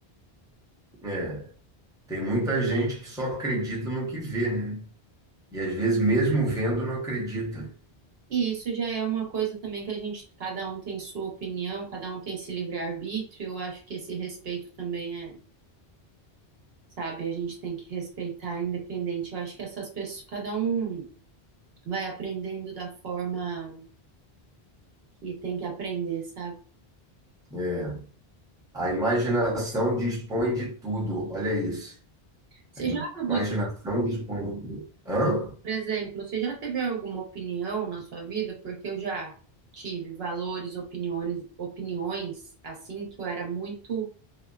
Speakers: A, in the centre; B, on the right.
A: É, tem muita gente que só acredita no que vê, né? E às vezes, mesmo vendo, não acredita.
B: E isso já é uma coisa também que a gente, cada um tem sua opinião, cada um tem esse livre-arbítrio. Eu acho que esse respeito também é sabe? A gente tem que respeitar independente. Eu acho que essas pessoas, cada um vai aprendendo da forma que tem que aprender, sabe?
A: É, a imaginação dispõe de tudo, olha isso.
B: Você
A: A
B: já mudou,
A: imaginação dispõe de tudo. Hã?
B: por exemplo, você já teve alguma opinião na sua vida? Porque eu já tive valores, opiniões, opiniões assim que eu era muito